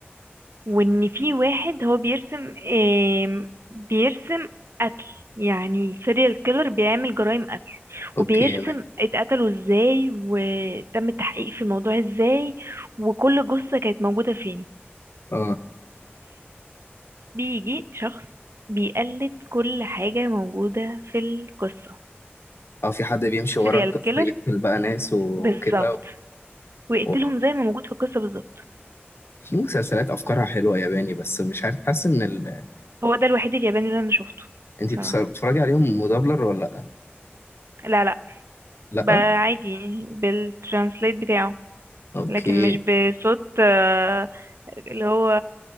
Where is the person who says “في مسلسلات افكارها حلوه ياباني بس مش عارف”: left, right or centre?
Left